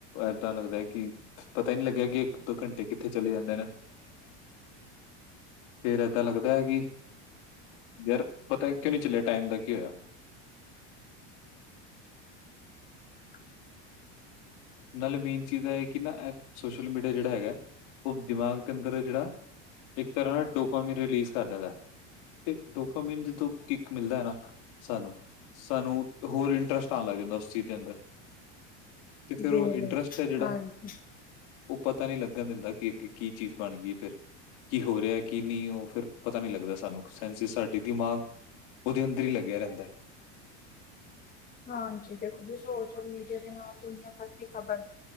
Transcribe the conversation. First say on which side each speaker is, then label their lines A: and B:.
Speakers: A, on the left; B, on the left.
A: ਏਦਾਂ ਲੱਗਦਾ ਹੈ ਕਿ ਪਤਾ ਹੀ ਨਹੀਂ ਲੱਗਿਆ ਕਿ ਇੱਕ- ਦੋ ਘੰਟੇ ਕਿੱਥੇ ਚਲੇ ਜਾਂਦੇ ਨੇ? ਫੇਰ ਏਦਾਂ ਲੱਗਦਾ ਹੈ ਕਿ ਯਾਰ ਪਤਾ ਕਿਉਂ ਨਹੀ ਚੱਲਿਆ ਟਾਈਮ ਦਾ ਕੀ ਹੋਇਆ।
B: <inaudible>
A: ਨਾਲੇ ਮੇਨ ਚੀਜ਼ ਇਹ ਕਿ ਨਾ ਸੋਸ਼ਲ ਮੀਡੀਆ ਜਿਹੜਾ ਹੈਗਾ। ਉਹ ਦਿਮਾਗ ਦੇ ਅੰਦਰ ਜਿਹੜਾ, ਇੱਕ ਤਰ੍ਹਾਂ ਨਾਲ ਡੋਪਾਂ ਵੀ ਰਿਲੀਜ਼ ਕਰ ਦਿੰਦਾ। ਤੇ ਡੋਪ ਬਿੰਨ ਜਦੋਂ ਕਿੱਕ ਮਿਲਦਾ ਹੈ ਨਾ ਸਾਨੂੰ। ਸਾਨੂੰ ਹੋਰ ਇੰਟਰਸਟ ਆਉਣ ਲੱਗ ਜਾਂਦਾ ਉਸ ਚੀਜ਼ ਦੇ ਅੰਦਰ। ਤੇ ਫਿਰ
B: ਗਿਣਲੇ
A: ਉਹ ਇੰਟਰਸਟ ਹੈ ਜਿਹੜਾ।
B: ਹਾਂਜੀ।
A: ਉਹ ਪਤਾ ਨੀ ਲੱਗਣ ਦਿੰਦਾ ਕਿ ਅੱਗੇ ਕੀ ਚੀਜ਼ ਬਣ ਗਈਏ ਫਿਰ। ਕੀ ਹੋ ਰਿਹਾ ਕੀ ਨਹੀਂ ਉਹ ਫਿਰ ਪਤਾ ਨਹੀਂ ਲੱਗਦਾ ਸਾਨੂੰ। ਸੈਂਸਿਸ ਸਾਡੇ ਦਿਮਾਗ ਉਹਦੇ ਅੰਦਰ ਹੀ ਲੱਗਿਆ ਰਹਿੰਦਾ।
B: ਹਾਂਜੀ। ਦੇਖੋ ਜੀ, ਸੋਸ਼ਲ ਮੀਡੀਆ ਦੇ ਨਾਲ ਦੁਨੀਆਂ ਭਰ ਦੀ ਖ਼ਬਰ।